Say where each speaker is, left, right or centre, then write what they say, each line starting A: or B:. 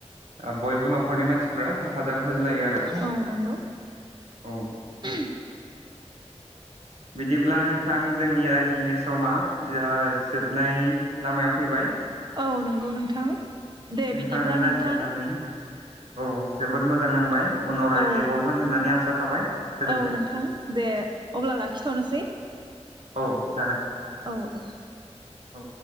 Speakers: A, on the right; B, on the right.
A: आ बयबो नखरनि मानसिफ्रा हेब हेफाजाब होजलायो आरो
B: औ नंगौ
A: औ
B: <inaudible>
A: बिदिब्ला नोंथां जोंनि रायज्लायनाय समा जा जोबनाय लामायाव फैबाय
B: औ नंगौ नोंथां। दे
A: नोंथांजों
B: बिदिब्ला
A: रायज्लायनानै
B: नोंथां
A: औ जोबोद मोजां नांबाय उनाव रायज्लायबावगोन
B: औ
A: होननानै आसा थाबाय गोजोनथों
B: औ नोंथां दे अब्ला लाखिथ'नोसै
A: औ जागोन।
B: औ दे
A: औ